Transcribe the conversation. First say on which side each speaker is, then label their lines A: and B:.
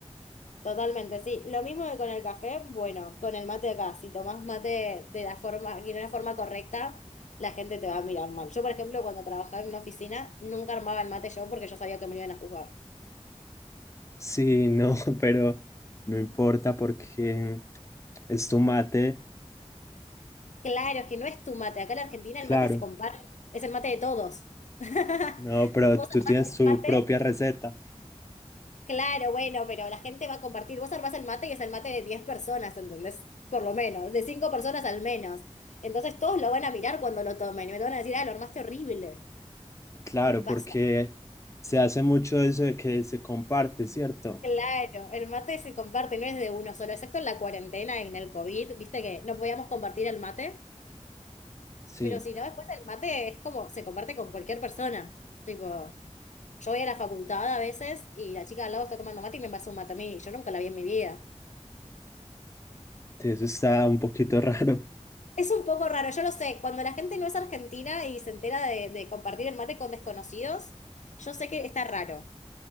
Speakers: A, on the left; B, on the left.
A: Totalmente, sí. Lo mismo que con el café, bueno, con el mate acá, si tomás mate de la forma, que no es la forma correcta, la gente te va a mirar mal. Yo, por ejemplo, cuando trabajaba en una oficina, nunca armaba el mate yo porque yo sabía que me iban a juzgar.
B: Sí, no, <laughs> pero no importa porque es tu mate,
A: Claro, es que no es tu mate. Acá en Argentina
B: claro.
A: el mate se comparte, es el mate de todos. <laughs>
B: No, pero
A: Vos
B: tú
A: armás
B: tienes
A: el
B: tu
A: mate,
B: propia receta,
A: claro, bueno, pero la gente va a compartir. Vos armás el mate y es el mate de 10 personas, ¿entendés? Por lo menos, de 5 personas al menos. Entonces todos lo van a mirar cuando lo tomen y me van a decir, ah, lo armaste horrible.
B: claro,
A: Y pasa,
B: porque se hace mucho eso de que se comparte, ¿cierto?
A: claro, el mate se comparte, no es de uno solo, excepto en la cuarentena, en el COVID, viste que no podíamos compartir el mate,
B: Sí,
A: pero si no, después el mate es como, se comparte con cualquier persona. Tipo, yo voy a la facultad a veces y la chica de al lado está tomando mate y me pasa un mate a mí, yo nunca la vi en mi vida.
B: sí, eso está un poquito <laughs> raro.
A: Es un poco raro, yo lo sé, cuando la gente no es argentina y se entera de, de compartir el mate con desconocidos, yo sé que está raro.